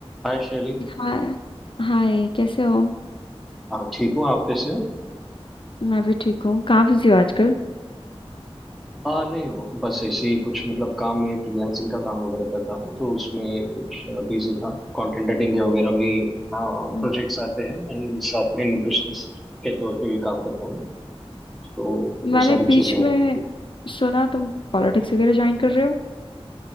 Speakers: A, in the centre; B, on the left (about 55°).
A: हाय शैली
B: हाय Hi कैसे हो
A: हाँ ठीक हूँ आप कैसे हो
B: मैं भी ठीक हूँ कहाँ बिजी हो आजकल
A: आ, नहीं वो बस ऐसे ही कुछ मतलब काम में फ्रीलांसिंग का काम वगैरह करता हूँ तो उसमें कुछ बिजी था कंटेंट एडिटिंग के वगैरह भी प्रोजेक्ट्स
B: हम्म,
A: आते हैं एंड साथ में न्यूट्रिशनिस्ट के तौर पे भी काम करता हूँ मैं तो वो
B: मैंने
A: सारी
B: बीच
A: चीजें हैं
B: में सुना तुम पॉलिटिक्स वगैरह ज्वाइन कर रहे हो